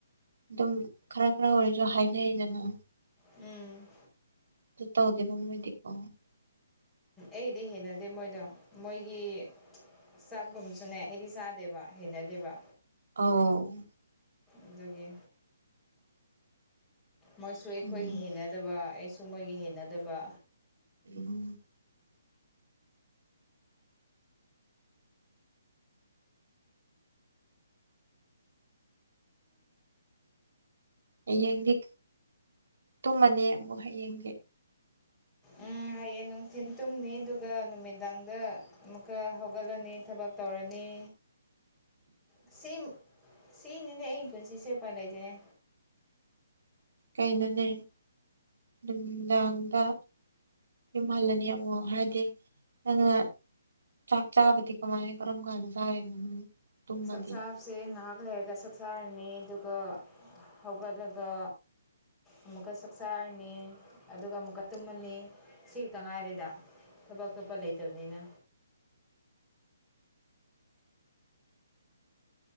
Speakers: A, on the right; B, in the centre.
A: ꯑꯗꯨꯝ ꯈꯔ ꯈꯔ ꯑꯣꯏꯔꯁꯨ ꯍꯥꯏꯅꯩꯗꯅ
B: ꯎꯝ
A: ꯇꯧꯗꯦꯕ ꯃꯣꯏꯗꯤꯀꯣ
B: ꯑꯩꯗꯤ ꯍꯩꯅꯗꯦ ꯃꯣꯏꯗꯣ ꯃꯣꯏꯒꯤ ꯆꯥꯛꯒꯨꯝꯁꯨꯅꯦ ꯑꯩꯗꯤ ꯆꯥꯗꯦꯕ ꯍꯩꯅꯗꯦꯕ
A: ꯑꯧ
B: ꯑꯗꯨꯒꯤ ꯃꯣꯏꯁꯨ ꯑꯩꯈꯣꯏꯒꯤ
A: ꯎꯝ
B: ꯍꯩꯅꯗꯕ ꯑꯩꯁꯨ ꯃꯣꯏꯒꯤ ꯍꯩꯅꯗꯕ
A: ꯎꯝ ꯍꯌꯦꯡꯗꯤ ꯇꯨꯝꯃꯅꯤ ꯑꯃꯨꯛ ꯍꯌꯦꯡꯗꯤ
B: ꯎꯝ ꯍꯌꯦꯡ ꯅꯨꯡꯊꯤꯟ ꯇꯨꯝꯅꯤ ꯑꯗꯨꯒ ꯅꯨꯃꯤꯗꯥꯡꯗ ꯑꯃꯨꯛꯀ ꯍꯧꯒꯠꯂꯅꯤ ꯊꯕꯛ ꯇꯧꯔꯅꯤ꯫ ꯑꯁꯤꯝ ꯁꯤꯅꯤꯅꯦ ꯑꯩ ꯄꯨꯟꯁꯤꯁꯦ ꯎꯄꯥꯏ ꯂꯩꯇꯦꯅꯦ꯫
A: ꯀꯩꯅꯣꯅꯦ ꯅꯨꯡꯗꯥꯡꯗ꯫ ꯌꯨꯝꯍꯜꯂꯅꯤ ꯑꯃꯨꯛ ꯍꯥꯏꯗꯤ ꯅꯪꯅ꯫ ꯆꯥꯛ ꯆꯥꯕꯗꯤ ꯀꯃꯥꯏꯅ ꯀꯔꯝ ꯀꯥꯟꯗ ꯆꯥꯔꯤꯅꯣ꯫ ꯇꯨꯝꯃꯗꯤ
B: ꯆꯥꯛ ꯆꯥꯕ꯫ ꯁꯦ ꯉꯥꯏꯍꯥꯛ ꯂꯩꯔꯒ ꯆꯥꯛꯆꯥꯔꯅꯤ ꯑꯗꯨꯒ ꯍꯧꯒꯠꯂꯒ꯫ ꯑꯃꯨꯛꯀ ꯆꯥꯛꯆꯥꯥꯔꯅꯤ ꯑꯗꯨꯒ ꯑꯃꯨꯛꯀ ꯇꯨꯝꯃꯅꯤ ꯁꯤ ꯈꯛꯇ ꯉꯥꯏꯔꯦꯗ꯫ ꯊꯕꯛ ꯑꯇꯣꯞꯄ ꯂꯩꯇꯕꯅꯤꯅ꯫